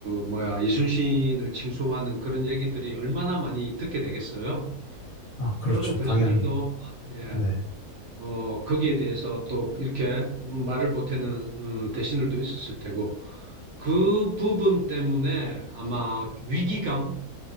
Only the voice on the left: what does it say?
아, 그렇죠.
당연히.
네.